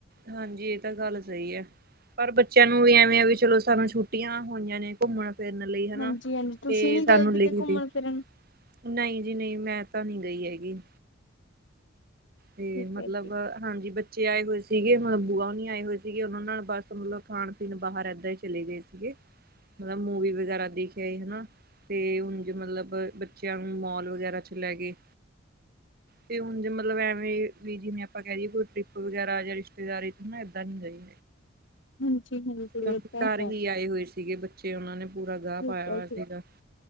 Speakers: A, on the right; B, on the left.
A: ਹਾਂਜੀ ਏ ਤਾਂ ਗੱਲ ਸਈ ਐ। ਪਰ ਬੱਚਿਆਂ ਨੂੰ ਵੀ ਐਵੇਂ ਆ ਵੀ ਚਲੋ ਸਾਨੂੰ ਛੁੱਟੀਆਂ ਹੋਈਆਂ ਨੇਂ। ਘੁੰਮਣ ਫਿਰਨ ਲਈ ਹਨਾ
B: ਹਾਂਜੀ ਹਾਂਜੀ ਤੁਸੀਂ
A: ਤੇ
B: ਨੀ
A: ਸਾਨੂੰ
B: ਗਏ ਕਿਤੇ
A: <unintelligible>
B: ਘੁੰਮਣ ਫਿਰਨ
A: ਨਈਂ ਜੀ ਨਈਂ, ਮੈਂ ਤਾਂ ਨੀਂ ਗਈ ਹੈਗੀ। ਤੇ
B: ਠੀਕ
A: ਮਤਲਬ
B: ਹੈ ਜੀ।
A: ਹਾਂਜੀ ਬੱਚੇ ਆਏ ਹੋਏ ਸੀਗੇ, ਹੁਣ ਮਤਲਬ ਬੂਆ ਹੁਨੀਂ ਆਏ ਹੋਏ ਸੀਗੇ। ਓਨਾਂ ਨਾਲ ਬਸ ਮਤਲਬ ਖਾਣ-ਪੀਣ ਬਾਹਰ ਐਦਾਂ ਹੀ ਚਲੇ ਗਏ। ਕੇ ਮਤਲਬ ਮੂਵੀ ਵਗੈਰਾ ਦੇਖ ਆਏ ਹਨਾਂ। ਤੇ ਉਂਜ ਮਤਲਬ ਬੱਚਿਆਂ ਨੂੰ ਮੋਲ ਵਗੈਰਾ ਚ ਲੈਗੇ ਤੇ <unintelligible> ਮਤਲਬ ਐਵੇਂ ਵੀ ਜਿਵੇਂ ਆਪਾਂ ਕੈ ਦੀਏ ਕੋਈ ਟਰਿਪ ਵਗੈਰਾ ਜਾਂ ਰਿਸ਼ਤੇਦਾਰੀ ਹਨਾਂ ਏਦਾਂ ਨੀਂ ਗਏ।
B: ਹਾਂਜੀ <unintelligible>
A: ਕਿਉਂਕ ਘਰ
B: ਹੈ
A: ਹੀ ਆਏ ਹੋਏ ਸੀਗੇ ਬੱ ਚੇ ਓਨਾਂ ਨੇ ਪੂਰਾ ਗਾ
B: ਠੀਕ
A: ਪਾਇਆ
B: ਹੈ
A: ਹੋਇਆ
B: ਜੀ।
A: ਸੀਗਾ।